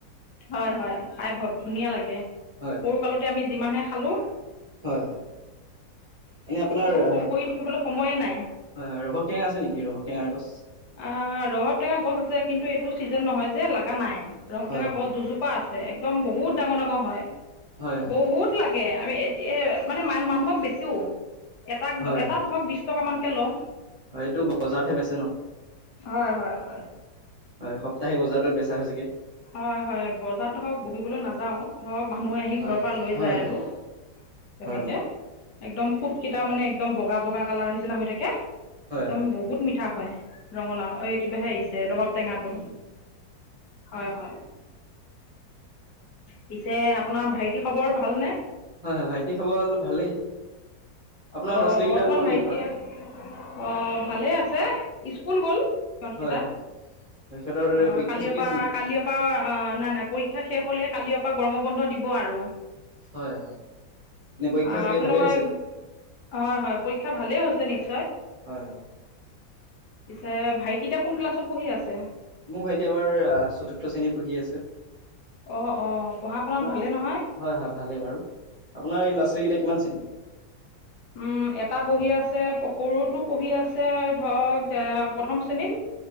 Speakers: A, on the left; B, on the right.
A: হয় হয় খাই বৰ ধুনীয়া লাগে।
B: হয় হয়।
A: সৰু কালতে আমি যিমানহে খালো।
B: হয় হয় এনে আপোনাৰ
A: ক
B: হয়
A: কৰি থাকিবলৈ সময়ে নাই।
B: হয় ৰভক টেঙা আছে নেকি ৰভক টেঙাৰ গছ?
A: অ' ৰভ টেঙা গছ আছে কিন্তু এইটো চিজন নহয় যে লগা নাই ৰস
B: হয়
A: টেঙা
B: হয়।
A: গছ দুজোপা আছে। একদম বহুত ডাঙৰ ডাঙৰ হয়।
B: হয় হয়
A: বহুত লাগে আমি এতিয়া মানে ম মানুহক বেছিও এটাক
B: হয়
A: এটাত
B: হয়
A: ধৰক বিশছ টকামানকৈ লওঁ
B: হয় এইটো বজাৰতহে বেচ ন
A: হয় হয় হয়।
B: হয় সপ্তাহে বজাৰটোত বেচা হৈছোগে
A: হয় হয় বজাৰ ধৰক বহিবলৈ নাযাও ধৰক মানুহে আহি
B: হয়
A: ঘৰৰ
B: হয়।
A: পৰা লৈ
B: হয়
A: যায়
B: হয়
A: আৰু তেনেকে
B: হয়
A: একদম ফুট কেইটাও মানে একদম বগা বগা কালাৰ নিচিনা হৈ থাকে একদম
B: হয় হয়
A: বহুত মিঠা হয়। ৰঙালাও অ' কিবাহে আহিছে ৰবাব টেঙাটো হয় হয় পিছে আপোনাৰ ভাইটি খবৰ ভালনে?
B: হয় হয়। ভাইটি খবৰ ভালেই। আপোনাৰ
A: অ'
B: ল'ৰা ছোৱালীকেইটাৰ
A: বৰ্তমান
B: খবৰ
A: ভাইটিয়ে
B: কেনেকুৱা?
A: অ' ভালে আছে স্কুল গ'ল। সত কেইটা
B: হয় হয় হয় সিহঁতৰ
A: অ'
B: পৰীক্ষা
A: কালি
B: চলি
A: পৰা।
B: আছে নেকি?
A: কালি পৰা নাই নাই পৰীক্ষা শেষ হ'লে কালিপ পৰা গৰম বন্ধ দিব আৰু
B: হয় হয়। এনে পৰীক্ষা
A: অ'
B: চাগে
A: আপোনালোকৰ
B: ভালেই হৈছে
A: হয় হয় পৰীক্ষা ভালে হৈছে। নিশ
B: হয় হয়।
A: পিছে ভাইটিতা কোন ক্লাছত পঢ়ি আছে?
B: মোৰ ভাইটি এবাৰ চতুৰ্থ শ্ৰেণীত পঢ়ি আছে।
A: অ' অ' পঢ়া শুনাত
B: আপোনাৰ
A: ভালেই নহয়
B: হয় হয় ভালেই বাৰু। আপোনাৰ এই ল'ৰা ছোৱালীকেইটা কিমান শ্ৰেণী?
A: উম এটা পঢ়ি আছে সৰুতো পঢ়ি আছে। ধৰক এ প্ৰথম শ্ৰেণীত